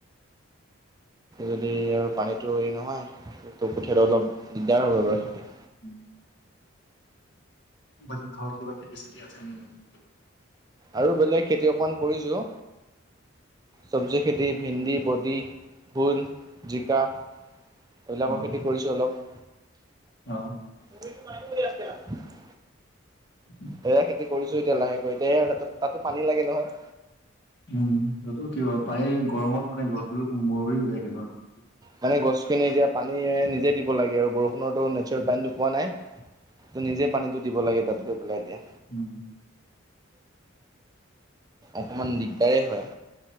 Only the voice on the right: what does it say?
যদি আৰু পানীতটো হেৰি নহয়টো কোঠিয়াত অলপ দিগদাৰ হ'ব বাৰু খেতি
আৰু বেলেগ খেতি অকমান কৰিছো, চব্জি খেতি ভেন্দি, বডি, ভোল, জিকা, এইবিলাকৰ
খেতি কৰিছোঁ অলপ
তি মান বুলি <unintelligible>
সেয়া খেতি কৰিছো, এতিয়া লাহেকৈ এতিয়া ত তাতো পানী লাগে নহয়
মানে গছখিনি এতিয়া, পানী নিজে দিব লাগে আৰু বৰষুণৰতো নেচেল পানী পোৱা নাই, ত নিজে পানীটো দিব লাগে তাত গৈ পেলাই এতিয়া
অকমান দিগদাৰ হয়